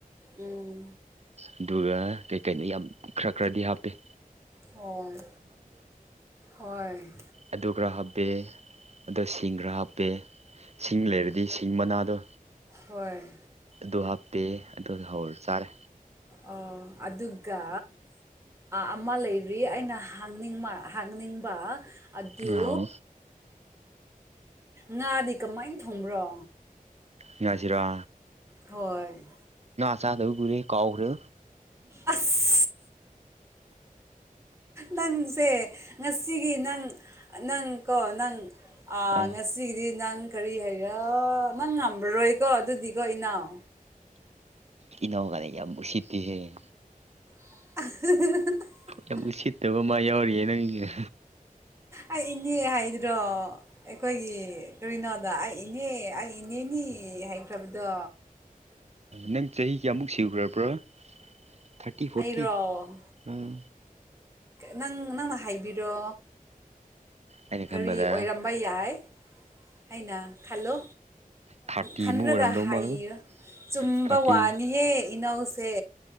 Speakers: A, on the right (about 20°); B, on the right (about 50°).
A: ꯎꯝ
B: ꯑꯗꯨꯒ ꯀꯩꯀꯩꯅꯣ ꯌꯥꯝ ꯈꯔ ꯈꯔꯗꯤ ꯍꯥꯞꯄꯤꯦ
A: ꯍꯣꯏ ꯍꯣꯏ
B: ꯑꯗꯨ ꯈꯔ ꯍꯥꯞꯄꯦ ꯑꯗ ꯁꯤꯡ ꯈꯔ ꯍꯥꯞꯄꯦ ꯁꯤꯡ ꯂꯩꯔꯗꯤ ꯁꯤꯡ ꯃꯅꯥꯗꯣ
A: ꯍꯣꯏ
B: ꯑꯗꯨ ꯍꯥꯞꯄꯦ ꯑꯗꯨꯒ ꯍꯧꯔ ꯆꯥꯔꯦ
A: ꯑꯣ ꯑꯗꯨꯒ ꯑꯃ ꯂꯩꯔꯤ ꯑꯩꯅ ꯍꯪꯅꯤꯡ ꯅꯤꯡꯕ ꯑꯗꯨ
B: ꯉꯥꯎ
A: ꯉꯥꯗꯤ ꯀꯃꯥꯏꯅ ꯊꯣꯡꯕ꯭ꯔꯣ
B: ꯉꯖꯔꯥ
A: ꯍꯣꯏ
B: ꯆꯥꯗꯕ ꯨꯔꯦ ꯀꯥꯎꯈ꯭ꯔꯦ
A: ꯑꯁ ꯅꯪꯁꯦ ꯉꯁꯤꯒꯤ ꯅꯪ ꯅꯪꯀꯣ ꯅꯪ ꯑ
B: ꯑꯥ
A: ꯉꯁꯤꯒꯤꯗꯤ ꯅꯪ ꯀꯔꯤ ꯍꯥꯏꯔꯥ ꯅꯪ ꯉꯝꯕꯔꯣꯏꯀꯣ ꯑꯗꯨꯗꯤꯀꯣ ꯏꯅꯥꯎ
B: ꯇꯧꯔ ꯀꯥꯟꯗ ꯌꯥꯝ ꯅꯨꯡꯁꯤꯠꯇꯦꯁꯦ
A: <inaudible>
B: ꯌꯥꯝ ꯎꯁꯤꯠꯇꯕ ꯃꯥ ꯌꯥꯎꯔꯤꯌꯦ ꯅꯪꯒꯤꯁꯦ
A: ꯑꯩ ꯏꯅꯦ ꯍꯥꯏꯗ꯭ꯔꯣ ꯑꯩꯈꯣꯏꯒꯤ ꯀꯔꯤꯅꯣ ꯑꯗ ꯑꯩ ꯏꯅꯦ ꯑꯩ ꯏꯅꯦꯅꯦ ꯍꯥꯏꯈ꯭ꯔꯕꯗꯣ
B: ꯅꯪ ꯆꯍꯤ ꯀꯌꯥꯃꯨꯛ ꯁꯤꯨꯈ꯭ꯔꯕ꯭ꯔꯣ ꯊꯥꯔꯇꯤ ꯐꯣꯔꯇꯤ
A: ꯑꯩꯔꯣ
B: ꯑꯥ
A: ꯅꯪ ꯅꯪꯅ ꯍꯥꯏꯕꯤꯔꯣ
B: ꯑꯩꯅ ꯈꯟꯕꯗ
A: ꯀꯔꯤ ꯑꯣꯏꯔꯝꯕ ꯌꯥꯏ ꯑꯩꯅ ꯈꯜꯂꯨ
B: ꯊꯥꯔꯇꯤꯃꯨꯛ
A: ꯈꯟꯂꯒ
B: ꯑꯣꯏꯔꯝꯗꯧ
A: ꯍꯥꯏꯌ
B: ꯃꯥꯜꯂ
A: ꯆꯨꯝꯕ
B: ꯊꯥꯔꯇꯤ
A: ꯋꯥꯅꯤꯍꯦ ꯏꯅꯧꯁꯦ